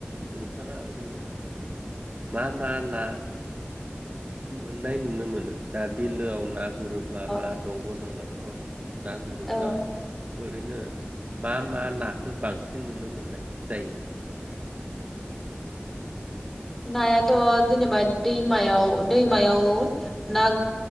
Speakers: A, on the right; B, in the centre.
A: नोंथाङा ओरैनो मा मा ना मोननाय नुनो मोनो दा बिलोआव ना गुरोब्ला
B: औ
A: बा दंग' दंला फोराव ना गुरोब्ला।
B: औ
A: ओरैनो मा-मा नाखौ बांसिन नुनो मोननाय जायो।
B: नायाथ' जेनेबा दैमायाव-दैमायाव ना